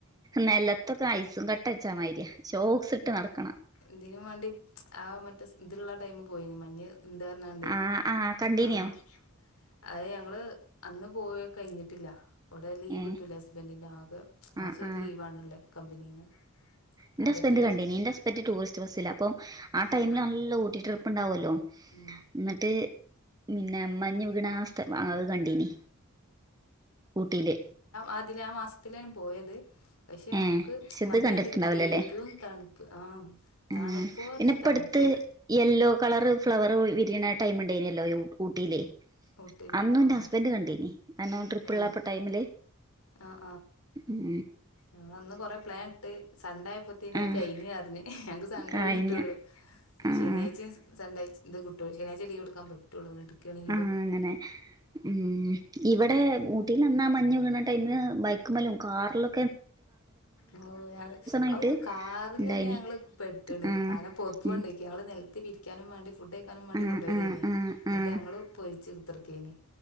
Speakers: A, on the right (about 15°); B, on the left (about 80°).
A: നലത്തൊക്കെ ഐസും കട്ടവെച്ച മായിരിയ ശോക്സ് ഇട്ട് നടക്കണം
B: ഇതിന് മാണ്ടി ആഹ് മറ്റേ ഇതില്ള്ള ടൈം പോയിനി മഞ്ഞ് ണ്ട് പർഞ്ഞാണ്ട്
A: ആ ആ കണ്ടീനിയോ
B: ആഹ് അഹ് ഞങ്ങള് അന്ന് പോയ കഴിഞ്ഞിട്ടില്ല അവ്ടെ ലീവ്
A: ഏ
B: കട്ടൂലേ ഹസ്ബൻഡിന്റെ ആകെ മാസം
A: ആ
B: ഒര്
A: ആ
B: ലീവ് ആണ് ഇള്ള് കമ്പനീന്ന്
A: ഇന്റെ
B: അതറ്റെ
A: ഹസ്പന്റ് കണ്ടി നീ ഇന്റെ ഹസബെറ്റ് ടൂറിസ്റ്റ് ബസ്സില്ല അപ്പൊ ആഹ്
B: ഉം
A: ടൈമില് നല്ല ഊട്ടിട്രി ഉണ്ടാവല്ലോ
B: ഉം
A: ന്ന്ട്ട് പിന്നെ മഞ്ഞ് <unintelligible> അഹ് കണ്ടിനി ഊട്ടിയില്
B: ആതില് ആഹ് മാസത്തിലാണ് പോയത് പക്ഷെ നമ്മുക്ക്
A: ഏ പക്ഷെ
B: മഞ്ഞ്കണ്ടില്ലെ
A: ഇത് കണ്ടിട്ടുണ്ടാവില്ലല്ലേ
B: പെരും തണുപ്പ് ആഹ് തണുപ്പോ
A: ആ
B: ർഞ്ഞാ
A: പിന്നെ ഇപ്പടുത്ത്
B: തണുപ്പ്
A: യെല്ലോ കളറ് ഫ്ലവർ വിരിയ്ണ ടൈമ് ഉണ്ടായിനില്ലോ ഊട്ടിയില്
B: ഊട്ടിൽ
A: അന്നും
B: ആ
A: ഇന്റെ ഹസ്ബൻഡ് കണ്ടീനി അനോ ട്രിപ്പ്‌ള്ളപ്പോ
B: ഏ
A: ടൈമില്
B: ആഹ്
A: ഉം
B: ആഹ് അന്ന് കൊറെ പ്ലാൻ ഇട്ട് സണ്ട ആയപ്പോത്തിന്
A: ആഹ്
B: അത് കഴിഞ് പറഞ്ഞ് ഞങ്ങക്ക് സണ്ടേ
A: കഴിഞ്ഞ
B: ഒഴിവ് കിട്ടൊള്ളു
A: ആഹ്
B: ശനിയാച്ചിം സണ്ടേ ഇത് കിട്ട ശനിയാഴ്ച ലീവ് ഇട്കാം പ- പറ്റള്ളൂ ഇട്ക്കാണെങ്കി
A: ആഹ് അങ്ങനെ ഉം ഇവിടെ ഊട്ടില് അന്നാ മഞ്ഞ് വീണ ടൈമ് ബൈക്കുമലും കാറ്ലൊ
B: ഹോ
A: ആയിട്ട്
B: ഔ കാറില് ല്ലന്നെ
A: ഇണ്ടായിനി
B: ഞങ്ങള് പെട്ട്ണ്
A: ആഹ്
B: കാർണം പൊതപ്പ്കൊണ്ടോ
A: ഉം
B: ക്യായാൾ നെല്ത്ത് വിരിക്യാനും മാണ്ടി ഫുഡ് കഴിക്കാനും മാണ്ടി
A: ആഹ്
B: കൊണ്ടോ
A: ആഹ്
B: തേനി
A: ആഹ്
B: ങ്ങട്ട്
A: ആഹ്
B: ഞങ്ങള് പോയ്ച്ച് കുത്തർക്കേനീ